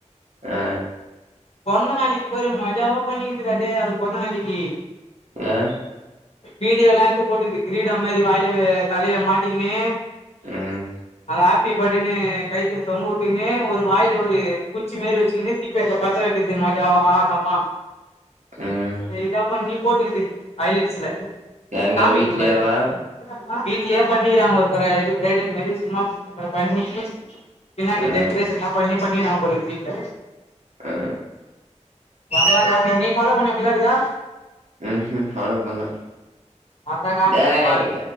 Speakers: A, on the right (about 75°); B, on the left (about 55°).
A: ஆ
B: பொற்ந்த நாளிக்கி பேரு மஜாவா பண்ணிக்கிது டா டே அது பொற்ந்த நாளிக்கி
A: ஏ
B: வீடியோல்லா எட்த்து போட்டுக்கிது கிரீடம் மாரி வாயில வெ தலையில மாட்டிக்கினு
A: ம்
B: ஆப்பி பர்டேனு கைத்தில தொங்க வுட்டுகுனு ஒரு வாயில ஒரு குச்சி மாரி வச்சுகினு தீப்பேட்ல பத்த வெக் வைக்க த்து மாஜாவா அந்தம்மா
A: ம்
B: பில்டப் பண்ணி போட்டுக்குது ஐலேட்ஸ்ல
A: எங்க
B: காமிக்கிற
A: வீட்லயேவா
B: பாரு வீட் வீட்லேயே பண்ணிக்கிறாங்க ஒரு பிரைடு பிரைடல் மாரி சும்மா பண்ணி பின்னாடி
A: ஆ
B: டெக்ரேஷன்லா பண்ணி பண்ணிராங்க போலருக் வீட்ல
A: ஆ
B: <unintelligible> நீ ஃபாலோ பண்ணி வெக்கல அதய
A: ம்ஹும் ஃபாலோ பண்ல
B: வந்தா காமிக்கிறே
A: டேய்
B: பாரு